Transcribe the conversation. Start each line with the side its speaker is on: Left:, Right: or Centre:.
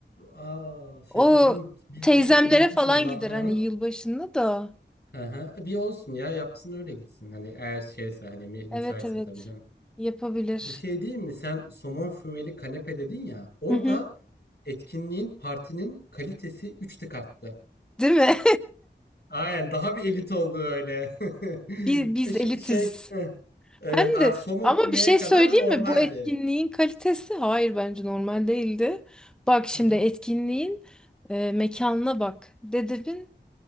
Left: Aa
Centre: O
Left: şaşırdım. Bir
Centre: teyzemlere
Left: de unu- unutmuşum
Centre: falan
Left: da.
Centre: gider
Left: Hı
Centre: hani
Left: hı.
Centre: yılbaşında da.
Left: Hı hı. Bir olsun ya yapsın öyle gitsin. Hani eğer şeyse hani mü- müsaitse
Centre: Evet evet
Left: tabii canım.
Centre: yapabilir.
Left: Bir şey diyeyim mi? Sen somon fümeli kanepe dedin ya. Orada
Centre: Hı hı.
Left: etkinliğin, partinin kalitesi 3 tık arttı.
Centre: Değil mi?
Left: Aynen daha bir elit oldu öyle. <laughs>
Centre: <laughs> Biz, biz
Left: E şimdi
Centre: elitiz.
Left: şey, evet,
Centre: Hem
Left: a-
Centre: de
Left: somon
Centre: ama
Left: fümeye
Centre: bir şey
Left: kadar
Centre: söyleyeyim
Left: normaldi.
Centre: mi? Bu etkinliğin kalitesi hayır bence normal değildi. Bak şimdi
Left: Hı hı.
Centre: etkinliğin e, mekanına bak. Dedebin